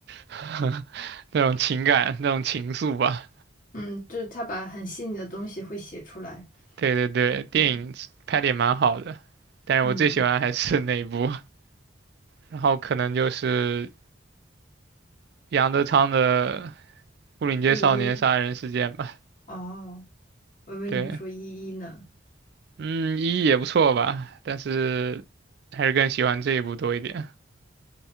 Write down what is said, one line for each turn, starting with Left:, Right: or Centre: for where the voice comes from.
Right: <laughs> 那种情感那种情愫吧。
Left: 嗯，就是他把很细腻的东西会写出来。
Right: 对对对，电影拍的也蛮好的，
Left: 嗯
Right: 但是我最喜欢还是那一部，
Left: 嗯，
Right: 然后可能就是杨德昌的《牯岭街少年杀人事件》吧。
Left: 一一哦，我以为你会说一一呢。
Right: 对，嗯，一也不错吧，但是还是更喜欢这一部多一点。